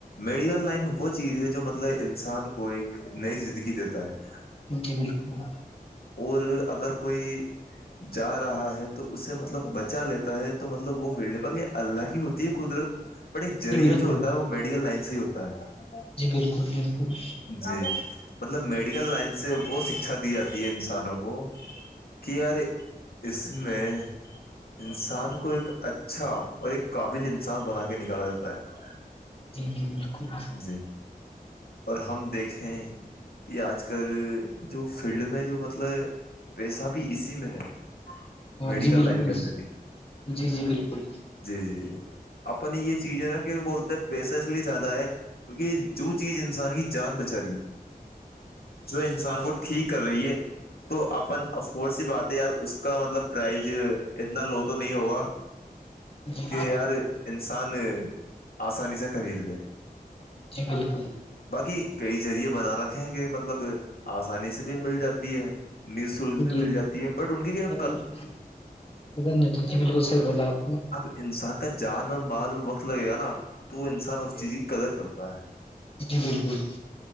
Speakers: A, on the left (about 75°); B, on the left (about 35°).
A: میڈیکل لائن وہ چیز ہے جو مطلب انسان کو ایک نئی زندگی دیتا ہے
B: جی بالکل
A: اور اگر کوئی ج رہا ہے تو اسے مطلب بچا لیتا ہے تو مطلب وہ وڑ ل باغ یہ اللہ کی ہوتی ہے قدرت بٹ ایک جذریہ
B: جی بالکل
A: جو ہوتا ہے وہ میڈیکل لائن سے ہی ہوتا ہے
B: جی بالکل بالکل
A: جی مطلب میڈیکل لائن سے وہ شکھا دی جاتی ہے انسانوں کو کیا آار اس میں انسان کو ایک اچھا اور ایک قابل سان بنا کے نکالا جاتا ہے
B: جی جی بالکل
A: جی اور ہم دیکھیں کہ آج کل جو فیلڈ میں جو مطلب پیسہ بھی اسی میں ہے میڈیکل
B: جی بالکل
A: لائن کے اندر تھی
B: جی جی بالکل
A: جی جی اپنی یہ چیز ہے نا کہ بولتے ہیں پیسہ اس لیے جیادہ ہے کیونکہ جو چیز انسان کی جان بچا رہی ہے جو انسان کو ٹھیک کر رہی ہے تو اپن اف کورس س باتیں یار اس اس کا مطلب پرائز اتنا لو تو نہیں ہوگا
B: جی
A: کہ یار انسان آسانی سے خرید لے
B: بالکل
A: باقی کئی ذریعے بنا رکھے کہ مطلب آسانی سے بھی مل جاتی ہے ن شلک بھی
B: جی
A: مل جاتی ہے بٹ ان کی کیا
B: نہیں تو ج مل کو سے بولا آپ
A: اب انسان کا جان اور مال اور وقت لگے گا نا تو وہ انسان اس چیز کی قدر کرتا ہے
B: جی بالکل